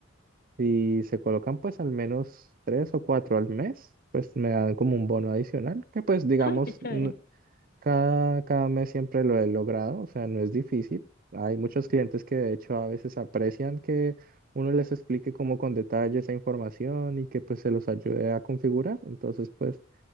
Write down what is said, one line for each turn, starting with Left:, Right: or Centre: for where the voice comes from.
Right: Si se colocan pues al menos tres o cuatro al mes, pues me dan como un bono adicional, que pues digamos,
Left: Ay, qué chévere.
Right: n- cada, cada mes siempre lo he logrado, o sea, no es difícil. Hay muchos clientes que de hecho a veces aprecian que uno les explique como con detalle esa información y que pues se los ayude a configurar. Entonces pues